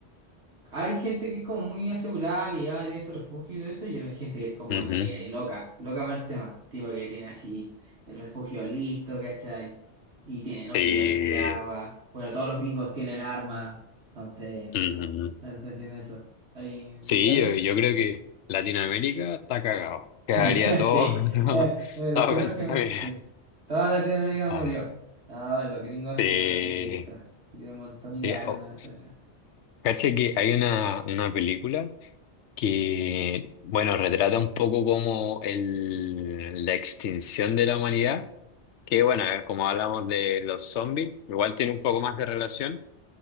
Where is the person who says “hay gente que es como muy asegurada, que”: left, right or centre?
Right